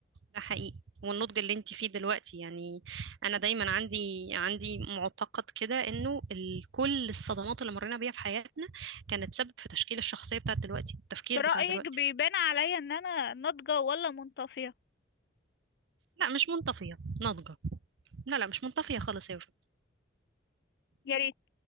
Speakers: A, on the right; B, on the left.
A: ده حقيقي والنضج اللي انت فيه دلوقتي يعني انا دايما عندي عندي معتقد كده انه ال- كل الصدمات اللي مرينا بيها في حياتنا كانت سبب في تشكيل الشخصية بتاعت دلوقتي التفكير
B: برأيك
A: بتاع دلوقتي
B: بيبان عليا ان انا ناضجه ولا منطفيه
A: لا مش منطفية ناضجة لا لا مش منطفية خالص يا وفاء
B: يا ريت